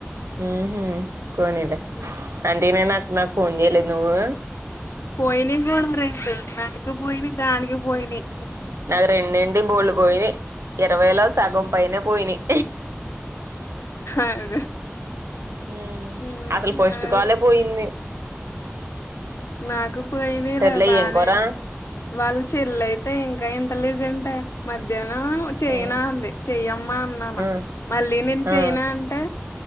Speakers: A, on the right; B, on the left.
A: ఉహూ పోనీలే
B: హ్మ్.
A: అంటే నేను అ నాకు ఫోన్ చేయలేదు నువ్వు
B: పోయిన మకు పోయి దానికి పోయినియ్
A: నాకు రెండెంటి బోల్డు పోయిన ఇరవై లో సగం పైనే పోయినియ్
B: అదే
A: ఉమ్
B: మ్మ్
A: అసలు ఫస్ట్ కాలే పోయింది
B: మాకు పోయినర
A: సర్లే
B: బానే
A: ఏం కూర
B: వాళ్ళు చెల్లయితే ఇంకా ఇంటలిజెంటె మధ్య ఇదేను చెయనా
A: ఏ
B: అంది చెయ్యమ్మా అన్నాను
A: ఆ
B: మళ్ళీ నేను చెయనా
A: ఆ
B: అంటే